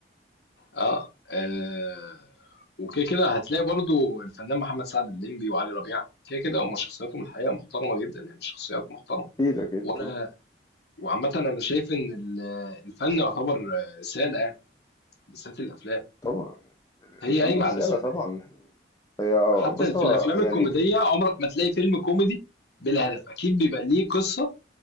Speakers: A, on the left; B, on the left.
A: اه, آه وكده كده هتلاقي برضو الفنان محمد سعد الليمبي وعلي ربيع كده كده هم شخصياتهم الحقيقه محترمه جدا يعني شخصيات محترمه
B: أكيد أكيد
A: وانا وعامه انا شايف ان ال- الفن يعتبر رساله يعني بالذات الافلام
B: طبعا الفن
A: هي قايمه
B: رسالة
A: على الرساله
B: طبعا هي
A: حتى
B: بص
A: في
B: هو
A: الافلام
B: يعني
A: الكوميديه عمرك ما تلاقي فيلم كوميدي بلا هدف اكيد بيبقى ليه قصه